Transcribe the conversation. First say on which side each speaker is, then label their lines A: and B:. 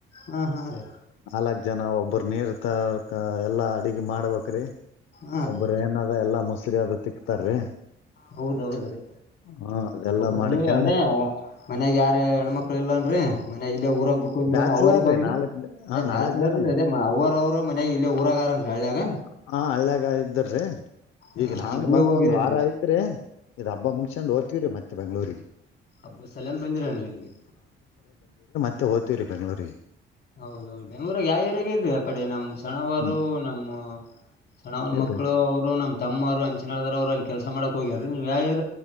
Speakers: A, on the left; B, on the left.
A: ಹಾ ಹಾ ರೀ.
B: ನಾಲ್ಕ್ ಜನ ಒಬ್ಬ್ರ ನೀರ್ ತರಕ್ ಎಲ್ಲಾ ಅಡಗಿ ಮಾಡ್ಬೇಕ್ರಿ.
A: ಹಾ
B: ಒಬ್ಬರ
A: ರೀ
B: ಏನಾದ ಎಲ್ಲಾ ಮೊಸರಿ ಅದು ತಿಕ್ತಾರ್ರಿ.
A: ಹೌದೌದ ರೀ.
B: ಹ ಅದೆಲ್ಲಾ
A: ಒಬ್ಬ
B: ಮಾಡ್ಕೊಂಡ್
A: ನೀವ ಅದೇ ಮನ್ಯಾಗ ಯಾರ ಹೆಣ್ಮಕ್ಳ ಇಲ್ಲನ್ರರಿ ಮನ್ಯಾಗ ಇಲ್ಲೇ ಊರಾಗ ಬಿಟ್ಟ ಹೋಗಿರ.
B: ಬ್ಯಾಚುಲರ್
A: ಅವ್ರಗ ಅವ್ರಿಗೆ
B: ರೀ ನಾಲ್ಕ್.
A: ಅದೇ
B: ಹಾ
A: ಬ್ಯಾಸಲರ್
B: ನಾಲ್ಕ್ ಜನ
A: ಅದೇ ಅವ್ರ ಅವರು ಮನ್ಯಾಗ ಇಲ್ಲೇ ಊರಾಗಾರನ್ರಿ ಹಳ್ಳ್ಯಾಗ
B: ಹ ಹಳ್ಳಿಯಾಗ ಇದ್ದರಿ. ರಿ
A: ಹಾ
B: ಈಗ
A: ಹಾ
B: ನಾವನ್
A: ನೀವೇ
B: ಬಂದ
A: ಹೋಗಿರೇನ್ರಿ
B: ಒಂದ್ ವಾರ ಐತ್ರಿ ಇ ಹಬ್ಬ ಮುಗಸೊಂಡ ಹೊತಿವರಿ ಮತ್ತ. ಮತ್ತ ಬೆಂಗಳೂರಿಗಿ.
A: ಹಬ್ಬದ ಸಲಾಯ್ನ ಬಂದಿರ ಏನ್ರಿ ಇಲ್ಲಿಗೆ.
B: ಇವತ್ತು ಹೋತಿವರಿ ಬೆಂಗಳೂರಿಗಿ.
A: ಹೌದೌದು ಬೆಂಗಳೂರು ರಾಗ ಯಾವ ಏರಿಯಾಗ ಇದೆ ಆ ಕಡೆ ನಮ್ಮ್ ಸಣ್ಣವರು
B: ಹ್ಮ್
A: ನಮ್ಮ. ಸಣ್ಣ್ನ
B: ಇಲ್ರಿ
A: ಮಕ್ಳು ಅವರು ನಮ್ಮ ತಮ್ಮ ಅವರು ಅಂಚಿನದಾರ ಅವರು ಅಲ್ಲಿ ಕೆಲಸ ಮಾಡಕ್ ಹೋಗ್ಯಾರ ನೀವು ಯಾವ್ ಏರಿ.